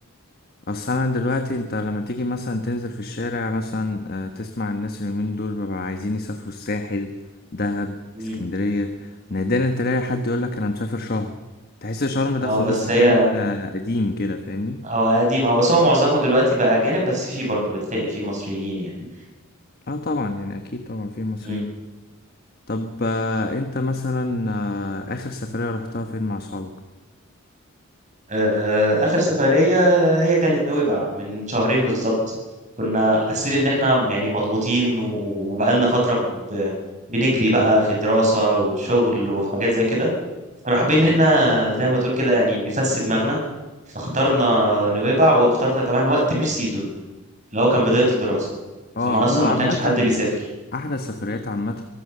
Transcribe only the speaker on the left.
اصل انا دلوقتي انت لما تيجي مثلا تنزل في الشارع مثلا آه، تسمع الناس اليومين دول بيبقوا عايزين يسافروا الساحل دهب
اسكندرية نادرا تلاقي حد يقولك انا مسافر شرم تحس شرم ده
خلاص
مكان
آه، قديم كده فاهمني
اه طبعا يعني اكيد طبعا في مصريين
طب آه، انت مثلا آه، اخر سفرية رحتها فين مع اصحابك
اه
هو
عامة
احلى السفريات عامة